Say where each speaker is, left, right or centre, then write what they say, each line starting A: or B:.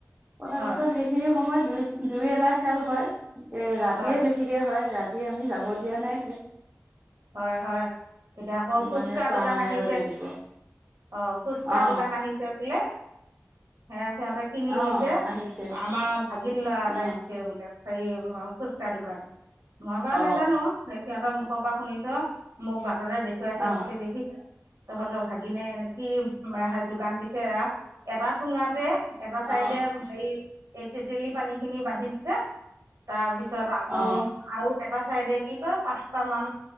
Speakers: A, on the right (about 30°); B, on the right (about 80°).
A: তাৰ
B: হয়
A: পিছত সেইখিনিও। সময়ত দুই দুই এটা খেল হয়। এ, ৰাতিয়ে
B: হয়
A: বেছিকে হয় ৰাতি। ৰাতি আমি যাব দিয়া নাই এই।
B: হয় হয় এতিয়া আকৌ ফুচকা
A: কাৰণে পৰা
B: দোকান
A: নাই
B: আহি।
A: আৰু তাই দিব
B: অঁ, ফুচকা
A: অ
B: দোকান আহিছে বোলে। সেয়াই, সিহঁতে কিনি
A: অ
B: নিছে
A: আহিছে
B: আমাৰ ভাগিন লৰা এটাই
A: উ
B: দিছে বোলে। হেৰি, ফুচকা দোকান। মই বাৰু
A: অ
B: নেজানো সিহঁতৰ মুখত। মুখৰ পৰা শুনি, চো মোক বা। দাদা দেখুৱাইছে
A: অ
B: কইছে দেখিছ? তহঁতৰ ভাগিনে এনে কি দোকান দিছে এটা চুঙাতে। এটা
A: অ
B: চাইডে
A: অ
B: হেৰি। এই তেতেলী পানী খিনি বান্ধি দিছে তাৰপিছত, আকৌ
A: অ
B: আৰু, এটা চাইডে কি কয় পাঁচটা মান।